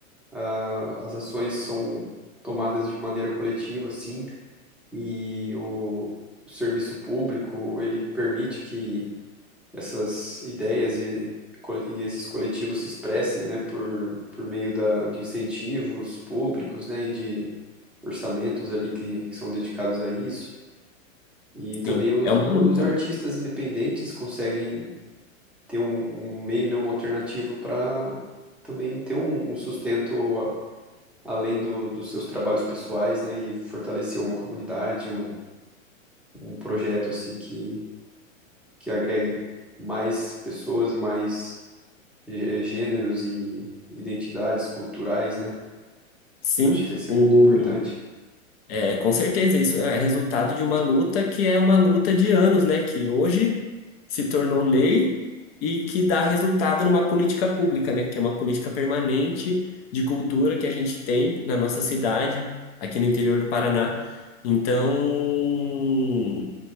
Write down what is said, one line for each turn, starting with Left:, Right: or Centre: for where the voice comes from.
Centre: ah, as ações são tomadas de maneira coletiva, assim, e o, o serviço público, ele permite que essas ideias e, co- e esses coletivos se expressem, né, por, por meio da, de incentivos públicos, né, e de orçamentos ali que, que são dedicados a isso. E também
Left: Sim,
Centre: os,
Left: é uma
Centre: os
Left: luta,
Centre: artistas
Left: né?
Centre: independentes conseguem ter um, um meio, né, uma alternativa para também ter um, um sustento a- além do, dos seus trabalhos pessoais, né, e fortalecer uma comunidade, um, um projeto assim que, que agregue mais pessoas e mais gê- gêneros e identidades culturais, né?
Left: Sim,
Centre: Eu acho que ia ser
Left: o,
Centre: muito importante.
Left: É, com certeza, isso é resultado de uma luta que é uma luta de anos, né? Que hoje se tornou lei e que dá resultado numa política pública, né? Que é uma política permanente de cultura que a gente tem na nossa cidade, aqui no interior do Paraná. Então,